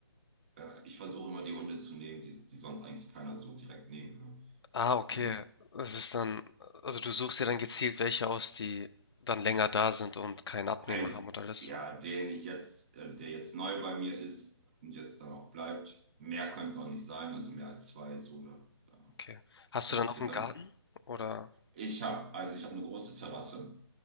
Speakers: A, on the right (about 20°); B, on the left (about 60°).
A: Äh, ich versuche immer die Hunde zu nehmen, die, die sonst eigentlich keiner so direkt nehmen würde.
B: Ah, okay.
A: Genau.
B: Es ist dann, also du suchst dir dann gezielt welche aus, die dann länger da sind und keinen Abnehmer
A: Also,
B: haben und alles.
A: ja, den ich jetzt, also der jetzt neu bei mir ist und jetzt dann auch bleibt, mehr können es auch nicht sein, also mehr als zwei, so, da, da-
B: Okay. Hast
A: das
B: du dann auch
A: wird
B: einen
A: dann.
B: Garten? Oder
A: Ich habe, also ich habe eine große Terrasse.